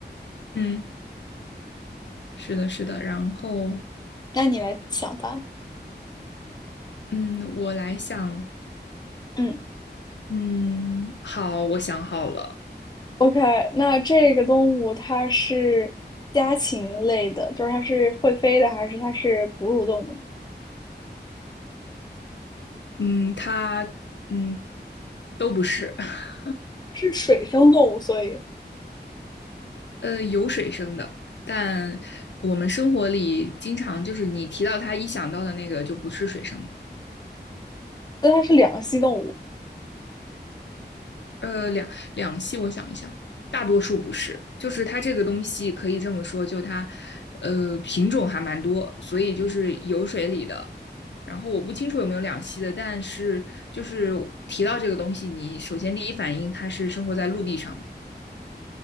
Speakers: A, on the left; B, on the left.
A: 嗯。是的，是的。然后，
B: 那你来想吧，
A: 嗯，我来想，
B: 嗯。
A: 嗯，好，我想好了，
B: OK，那这个动物它是家禽类的，就是它是会飞的，还是它是哺乳动物呢
A: 嗯，它，嗯，都不是，<laughs>
B: 是水生动物，所以
A: 呃，有水生的，但我们生活里经常就是你提到它，一想到的那个就不是水生的。
B: 那它是两栖动物。
A: 呃，两两栖，我想一想，大多数不是，就是它这个东西可以这么说，就它，呃，品种还蛮多，所以就是有水里的。然后我不清楚有没有两栖的，但是就是提到这个东西，你首先第一反应它是生活在陆地上的。